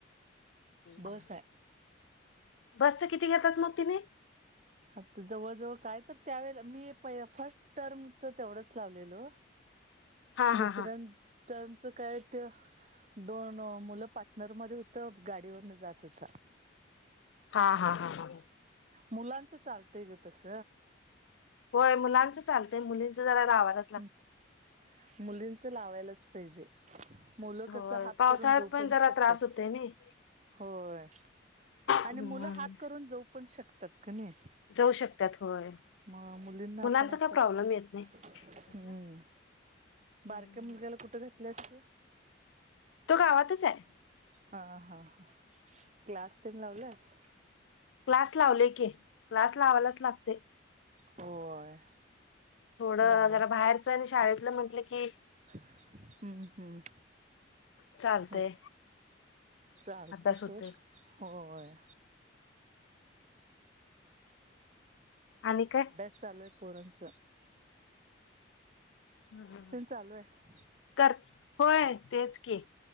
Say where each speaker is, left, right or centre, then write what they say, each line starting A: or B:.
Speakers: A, on the right (about 35°); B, on the left (about 80°).
A: बस
B: हम्
A: आहे
B: बस तर किती घेतात मग तिने
A: आ जवळजवळ काय तर त्यावेळे मी प फर्स्ट टर्मच तेवढंच लावलेलो
B: हा हा
A: दुसऱ्या
B: हा
A: टमचं काय ते दोन मुलं पार्टनर मध्ये होतं गाडीवरन जात होता
B: हा हा हा ह
A: मुलांचं चालतंय ग तस
B: होय मुलांचं चालतय मुलींचं जरा लावाला
A: ह् मुलींच लावायलाच पाहिजे मुलं
B: होय
A: कस हात
B: पावसाळ्यात
A: करून जाऊ पण
B: जरा
A: शकतात.
B: त्रास होतय नाही
A: होय आणि
B: हम्म
A: मुलं हात करून जाऊ पण शकतात का नाही.
B: जाऊ शकत होय
A: मा मुलींना
B: मुलांचा
A: आपण आत
B: काय प्रॉब्लेम येत नाही
A: हम्म
B: तसा. हम्म.
A: बारक्या मुलग्याला कुठं घातलयेस तू.
B: तो गावातच आहे
A: हां हां हं क्लास तेन लावल्यांस
B: क्लास लावलेई की क्लास लावायंलाच लागतोय.
A: होय
B: थोडं
A: लावाय
B: जरा बाहेरच आणि शाळेतलं म्हंटलं की
A: हम्म हम्म.
B: चालतंय
A: हो चालते
B: अभ्यास
A: सर
B: होतोय.
A: होय
B: आणि काय
A: सलवे परणच
B: हम्म
A: चालू आहे
B: कर होय तेच केी